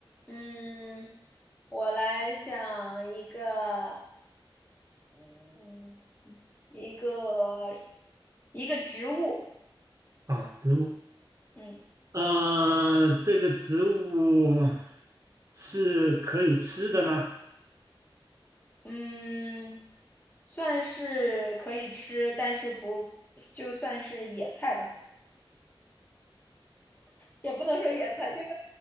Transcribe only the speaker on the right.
啊，植物，
呃，这个植物是可以吃的吗？